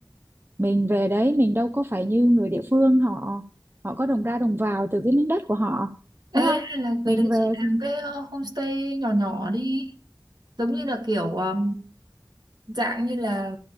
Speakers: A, on the right (about 30°); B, on the right (about 60°).
A: mình về đấy mình đâu có phải như người địa phương họ họ có đồng ra đồng vào từ cái miếng đất của họ đúng
B: ê
A: không
B: hay là về
A: mình
B: đấy
A: về
B: chị làm
A: thì
B: cái ờ, homestay nhỏ nhỏ đi giống như là kiểu ờ, dạng như là